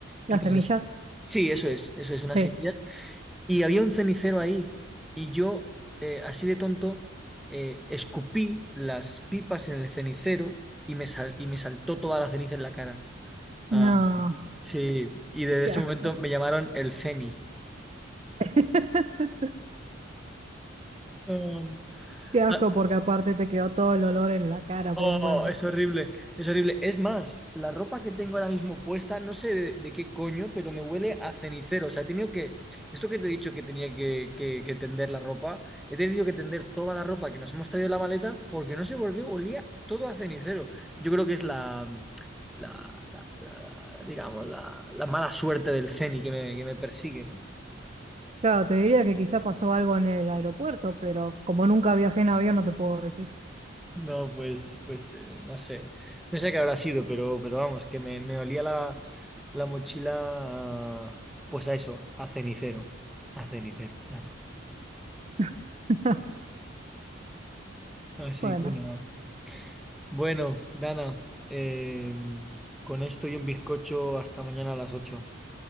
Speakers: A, on the right; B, in the centre.
A: las
B: pipas
A: semillas.
B: de... Sí, eso es, eso es, una
A: Sí.
B: semilla y había un cenicero ahí. Y yo, eh, así de tonto, eh, escupí las pipas en el cenicero y me, sal- y me saltó toda la ceniza en la cara. Ah,
A: No,
B: sí, y desde
A: qué
B: ese
A: asco.
B: momento me llamaron el Ceni.
A: <laughs>
B: Ah,
A: Qué asco
B: ¿ha-
A: porque aparte te quedó todo el olor en la cara
B: Oh,
A: por un buen rato.
B: es horrible, es horrible. Es más, la ropa que tengo ahora mismo puesta, no sé de, de qué coño, pero me huele a cenicero. O sea, he tenido que, esto que te he dicho que tenía que, que- que tender la ropa, he tenido que tender toda la ropa que nos hemos traído en la maleta porque no sé por qué olía todo a cenicero. Yo creo que es la, la, la- la- digamos, la, la mala suerte del ceni que me, que me persigue, ¿no?
A: Claro, te diría que quizás pasó algo en el aeropuerto, pero como nunca viajé en avión no te puedo decir.
B: No, pues, pues eh, no sé. No sé qué habrá sido, pero, pero vamos, que me, me olía la, la mochila, a- pues a eso, a cenicero. A cenicero, Dana.
A: <laughs>
B: Así
A: Bueno,
B: que nada. Bueno, Dana, eh, con esto y un bizcocho hasta mañana a las ocho